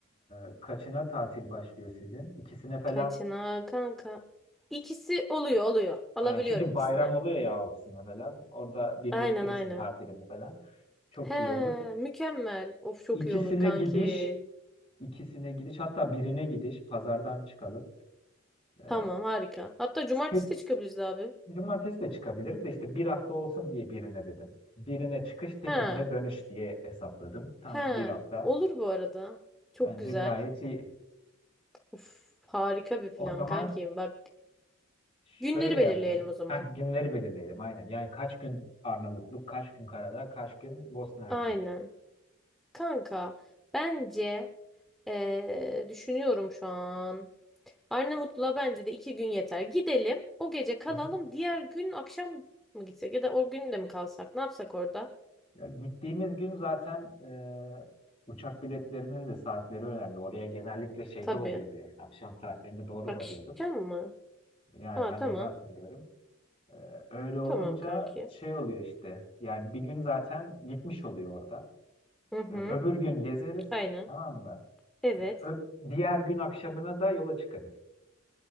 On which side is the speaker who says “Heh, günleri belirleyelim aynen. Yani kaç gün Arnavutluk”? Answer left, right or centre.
Left